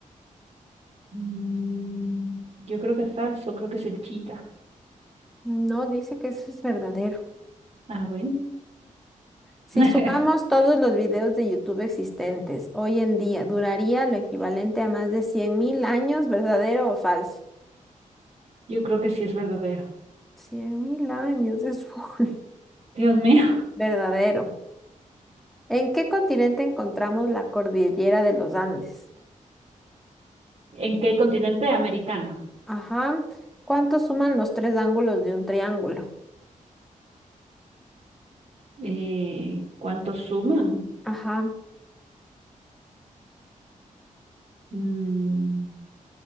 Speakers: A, on the right; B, in the centre.
A: Mm, yo creo que es falso, creo que es el chita.
B: No dice que eso es verdadero.
A: Ah, bueno.
B: Si
A: <laughs>
B: sumamos todos los videos de YouTube existentes hoy en día, duraría lo equivalente a más de 100.000 años, ¿verdadero o falso?
A: Yo creo que sí es verdadero.
B: 100.000 años, es full.
A: Dios mío.
B: <laughs> verdadero. ¿En qué continente encontramos la cordillera de los Andes?
A: ¿En qué continente americano?
B: Ajá. ¿Cuánto suman los tres ángulos de un triángulo?
A: Eh, ¿cuántos suman?
B: Ajá.
A: Mm,